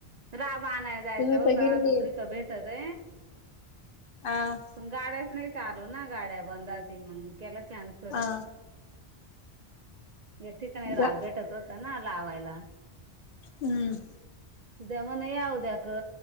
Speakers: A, on the right; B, on the left.
A: राब आलाय जायच
B: तुम्ही
A: होता
B: बघितली
A: दुसरी भेटत ए
B: अं
A: पण गाड्याच नाही चालू ना गाड्या बंदात मग के कॅन्सल
B: हा
A: येथिक नाही राभेटत
B: जा
A: होता ना लावायला
B: हम्म
A: उद्या मण या उद्या क